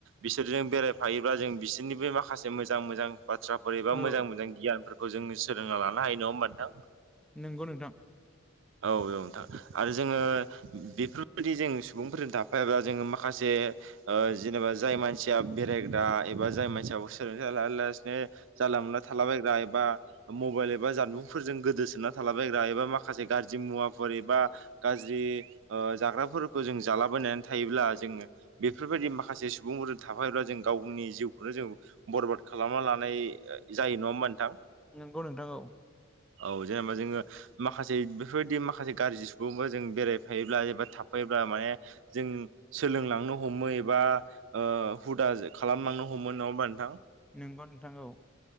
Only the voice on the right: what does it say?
बिसोरजों बेरायफायोबा जों बिसोरनिबो माखासे मोजां मोजां बाथ्राफोर एबा
मोजां मोजां गियानफोरखौ जोङो सोलोंना लानो हायो, नङा होमबा नोंथां?
औ औ नोंथां आरो जोङो बेफोरबायदि जों सुबुंफोरजों थाफायोबा जोङो माखासे से ओ जेनेबा जाय मानसिया बेरायग्रा एबा जाय मानसिया सोलोंथाइ लायालासिनो जानला मोनला थालाबायग्रा ए बा मबाइल एबा जानबुंफोरजों गोदोसोना थालाबायग्रा एबा माखासे गारजि मुवाफोर एबा गाज्रि ओ जाग्राफोरखौ जों जालाबायनानै थायोब्ला जोङो बेफोरबायदि माखासे सुबुं बुंफोरजों थाफायोब्ला जों गावनि जिउखौनो जों बरबाद खालामना लानाय जायो, नङा होमबा नोंथां?
औ जेनेबा जोङो माखासे बेफोरबायदि माखासे गारजि सुबुंफोरजों बेरायफायोब्ला एबा थाफायो ब्ला माने जों सोलोंलांनो हमो एबा ओ हुदा खालामलांनो हम मो नङा होमबा नोंथां।